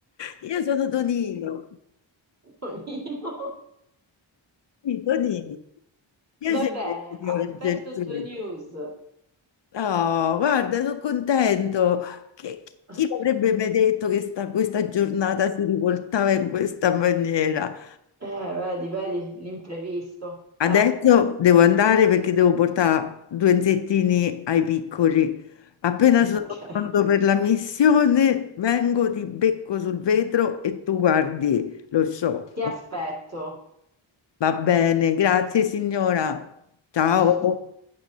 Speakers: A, on the left (about 60°); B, on the right (about 30°).
A: Io sono Tonino,
B: <laughs> Tonino?
A: sì, Tonino. Piacere,
B: Va bene,
A: signore
B: aspetto
A: Geltrude.
B: tue news.
A: Oh, guarda, sono contento. Che, chi
B: <laughs>
A: l'avrebbe mai detto che sta, questa giornata si rivoltava in questa maniera?
B: Eh, vedi, vedi, l'imprevisto.
A: Adesso
B: Eh,
A: devo andare perché devo portare due insettini ai piccoli. Appena
B: <laughs>
A: sono
B: ok.
A: pronto per la missione, vengo, ti becco sul vetro e tu guardi lo show.
B: Ti
A: ok?
B: aspetto.
A: Va bene, grazie signora. Ciao.
B: <laughs>